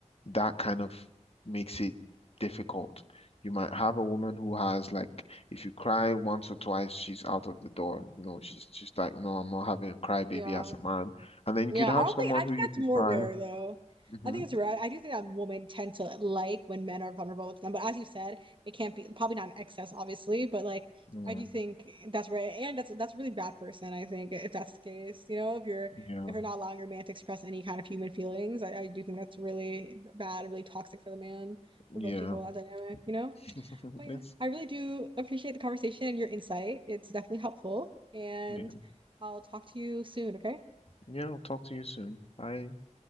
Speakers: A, on the left (about 50°); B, on the right (about 40°).
A: that kind of makes it difficult. You might have a woman who has like, if you cry once or twice, she's out of the door. You know, she's just like, no, I'm not having a cry baby
B: Yeah.
A: as a man. And then
B: Yeah,
A: you could have
B: I don't
A: someone
B: think I think
A: who you
B: that's
A: could
B: more
A: cry.
B: rare though.
A: hmm
B: I think it's rare. I, I do think that women tend to like when men are vulnerable with them, but as you said, it can't be probably not in excess, obviously, but like
A: Yeah,
B: I do think that's rare, and that's that's a really bad person, I think, if that's the case. You know, if you're
A: yeah,
B: if you're not allowing your man to express any kind of human feelings, I, I do think that's really bad and really toxic for the man, for
A: yeah.
B: both people, that dynamic, you know?
A: <laughs>
B: But yeah,
A: It's
B: I really do appreciate the conversation and your insight. It's definitely helpful, and
A: yeah.
B: I'll talk to you soon, okay?
A: Yeah, I'll talk to you soon. Bye.